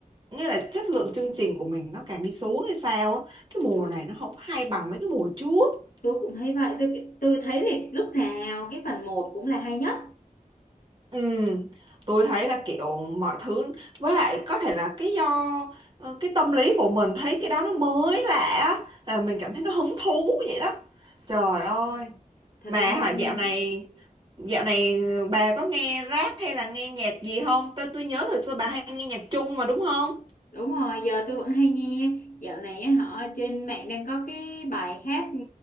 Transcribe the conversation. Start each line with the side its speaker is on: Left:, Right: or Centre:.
Right: nghĩa là chất lượng chương trình của mình nó càng đi xuống hay sao á. Cái mùa
Left: tôi
Right: này nó không hay bằng mấy cái mùa trước.
Left: tôi cũng thấy vậy tôi tôi thấy thì lúc nào cái phần một cũng là hay nhất
Right: Ừ, tôi thấy là kiểu mọi thứ với lại có thể là cái do ờ, cái tâm lý của mình thấy cái đó nó mới lạ á, là mình cảm thấy nó hứng thú vậy đó trời ơi
Left: Ừ. thật
Right: mà
Left: ra không
Right: hả dạo này dạo này bà có nghe rap hay là nghe nhạc gì không tôi tôi nhớ thời xưa bà hay nghe nhạc Trung mà đúng không
Left: Đúng rồi, giờ tôi vẫn hay nghe dạo này á, họ trên mạng đang có cái bài hát ừ,